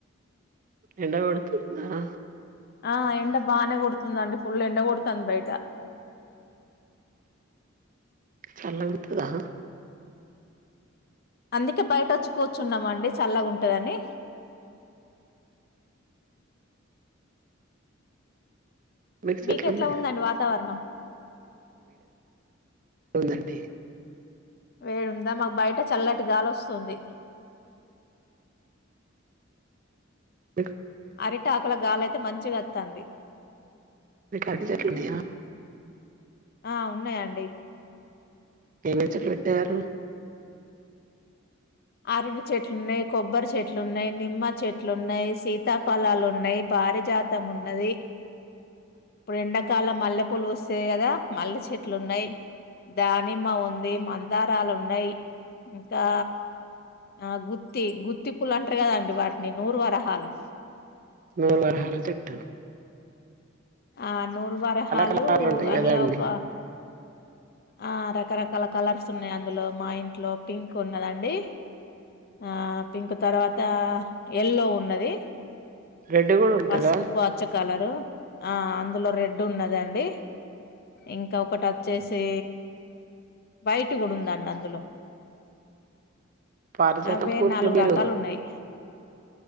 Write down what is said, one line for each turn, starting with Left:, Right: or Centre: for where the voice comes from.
Right: ఎండ కొడుతుందా
Left: ఆ ఎండ బానే కొడుతుంది అండి ఫుల్ ఎండ కొడుతుంది బయటా
Right: చల్లగుంటద
Left: అందుకే బయట వచ్చి కూర్చున్నాం అండి చల్లగుంటదని
Right: మీకు చెట్లున్నాయా
Left: మీకెట్లా ఉందండి వాతవరణం
Right: బావుందండి
Left: వేడుంద మాకు బయట చల్లటి గాలి వస్తుంది.
Right: బ
Left: అరిటాకులగాలయి మంచిగా వత్తాంది
Right: మీకు అరటి చెట్లున్నాయా
Left: ఆ ఉన్నాయి అండి
Right: ఎన్ని చెట్లు పెట్టారు.
Left: అరుటి చెట్లున్నాయి, కొబ్బరి చెట్లున్నాయి, నిమ్మ చెట్లున్నాయి, సీతాఫలాలున్నాయి పారిజాతం ఉన్నది. ఇప్పుడు ఎండకాలం మల్లె పూలు వస్తేయి కదా మల్లె చెట్లు ఉన్నాయి, దానిమ్మ ఉంది. మందారాలు ఉన్నాయి, ఇంకా ఆ గుత్తి గుత్తి పూలు అంటారు కదాండి వాటిని నూరు వరహాలు
Right: నూరు వర హాల తట్టు
Left: ఆ నూరు వరహాలు
Right: కలర్లు ఉంటాయి
Left: అందులో
Right: కదా అండి
Left: ఒక ఆ రకరకాల కలర్స్ ఉన్నాయి అందులో మా ఇంట్లో పింక్ ఉన్నదండి ఆ పింక్ తర్వాత ఎల్లో ఉన్నది.
Right: రెడ్ కూడా ఉంటదా
Left: పసుపు పచ్చ కలరు ఆ అందులో రెడ్ ఉన్నదండి ఇంకొకటి అచ్చేసి వైట్ కూడా ఉందండి అందులో
Right: పారిజాతం
Left: అవే
Right: పూలు
Left: నాలుగు
Right: మీరు
Left: రకాలున్నాయి